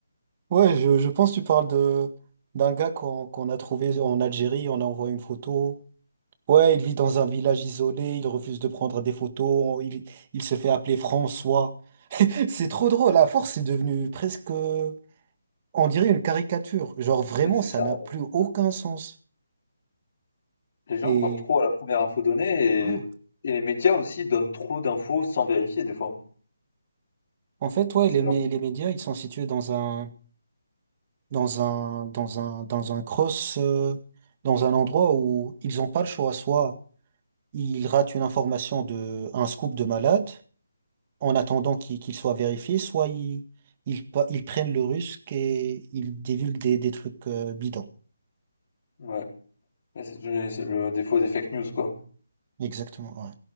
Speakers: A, on the right; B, on the left.
A: Ouais, je, je pense que tu parles de d'un gars qu'on qu'on a trouvé en Algérie, on a envoyé une photo. Ouais, il vit dans un village isolé, il refuse de prendre des photos, il, il se fait appeler François. <laughs> C'est trop drôle, à force, c'est devenu presque, on dirait une caricature. Genre vraiment,
B: Mais c'est
A: ça
B: ça,
A: n'a plus aucun sens.
B: les gens
A: Et
B: croient trop à la première info donnée
A: ouais.
B: et, et les médias aussi donnent trop d'infos sans vérifier des fois.
A: En fait, ouais,
B: C'est
A: les, mé-
B: leur...
A: les médias, ils sont situés dans un dans un dans un dans un cross euh, dans un endroit où ils n'ont pas le choix, soit il rate une information de un scoop de malade en attendant qu'il qu'il soit vérifié, soit ils il, il pa- ils prennent le risque et ils divulguent des, des trucs euh, bidons.
B: ouais. Mais C'est c'est le défaut des fake news, quoi.
A: Exactement. ouais.